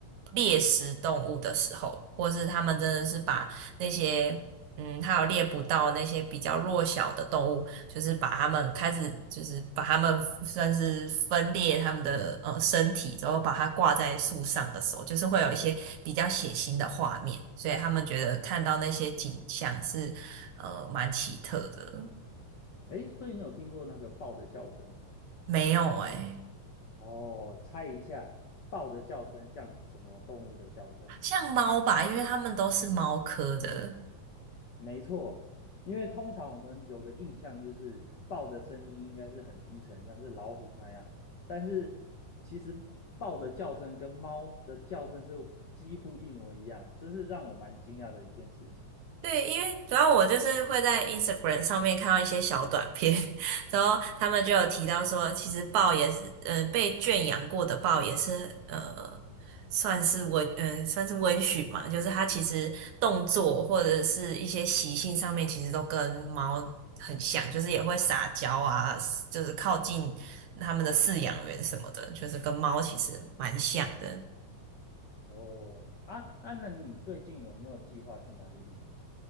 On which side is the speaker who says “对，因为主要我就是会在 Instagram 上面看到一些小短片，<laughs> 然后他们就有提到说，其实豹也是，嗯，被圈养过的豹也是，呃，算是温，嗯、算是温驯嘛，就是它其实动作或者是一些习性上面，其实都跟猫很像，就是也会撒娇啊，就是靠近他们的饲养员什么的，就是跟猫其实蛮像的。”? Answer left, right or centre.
Right